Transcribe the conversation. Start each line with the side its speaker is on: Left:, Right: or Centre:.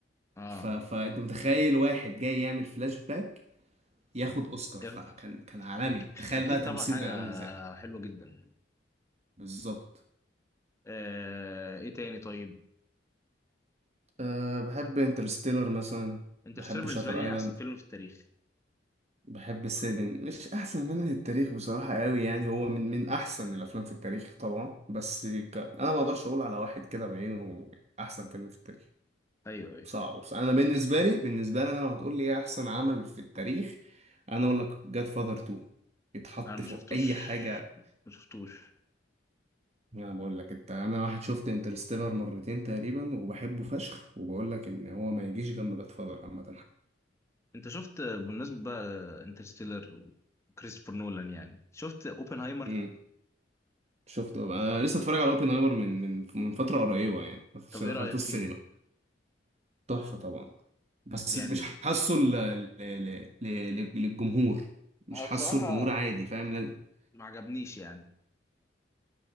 Left: اه
Right: ف... فانت متخيل واحد جاي يعمل فلاش باك ياخد اوسكار
Left: يلا.
Right: فكان كان عالمي
Left: أك-
Right: تخيل
Left: اكيد
Right: بقى تمثيله
Left: طبعا حاجة
Right: كان عامل ازاي
Left: حلوة جدا
Right: بالظبط
Left: آه، ايه تاني طيب
Right: أه بحب انترستيلر مثلا
Left: انترستيلر
Right: بحب
Left: بالنسبة
Right: شاتر
Left: لي
Right: ايلاند
Left: احسن فيلم في التاريخ
Right: بحب سيفن مش احسن فيلم في التاريخ بصراحه قوي يعني هو من من احسن الافلام في التاريخ طبعا بس ك... انا ما اقدرش اقول على واحد كده بعينه احسن فيلم في التاريخ
Left: ايوه ايوه
Right: صعب بس انا بالنسبه لي بالنسبه لي انا لو هتقول لي ايه احسن عمل في التاريخ انا اقول لك جاد فاذر 2 يتحط
Left: انا ما
Right: فوق
Left: شفتوش
Right: اي حاجه
Left: ما شفتوش
Right: انا بقول لك انت انا واحد شفت انترستيلر مرتين تقريبا وبحبه فشخ وبقول لك ان هو ما يجيش جنب جاد فاذر عامه
Left: انت شفت بالنسبه بقى انترستيلر وكريستوفر نولان يعني شفت اوبنهايمر
Right: حاجه شفته بقى أنا لسه اتفرج على اوبنهايمر من من من فتره قريبه يعني بس
Left: طب ايه
Right: دخلته
Left: رايك
Right: السينما
Left: فيه
Right: تحفه طبعا بس
Left: يعني
Right: مش حاسه ل... ل... ل... ل... للجمهور مش
Left: أنا
Right: حاسه
Left: بصراحه
Right: الجمهور عادي فاهم لا-
Left: ما عجبنيش يعني